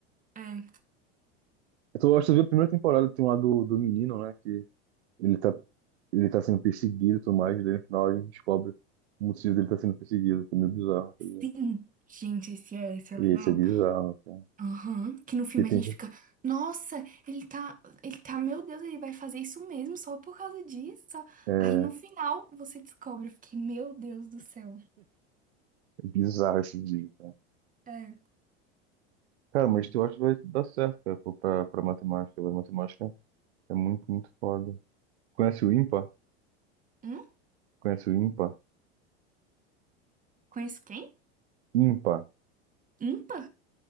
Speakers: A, on the right (about 25°); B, on the right (about 85°).
A: É,
B: Eu tô- eu acho que eu vi a primeira temporada, tem lá do, do menino, né? Que ele tá, ele tá sendo perseguido e tudo mais, e daí no final a gente descobre o motivo dele tá sendo perseguido, que é meio bizarro, tá ligado?
A: sim. Gente, esse é, esse é
B: E
A: legal.
B: esse é bizarro, cara.
A: Aham, que no filme
B: E tem
A: a gente
B: que.
A: fica, nossa, ele tá, ele tá, meu Deus, ele vai fazer isso mesmo só por causa disso. só."
B: É.
A: Aí no final você descobre, eu fiquei, meu Deus do céu.
B: É bizarro esse dia, cara.
A: É.
B: Cara, mas eu acho que vai dar certo, cara, pô, pra, pra matemática. Vai matemática é muito, muito foda. Conhece o IMPA?
A: Hum?
B: Conhece o IMPA?
A: Conheço quem?
B: IMPA
A: Umpa?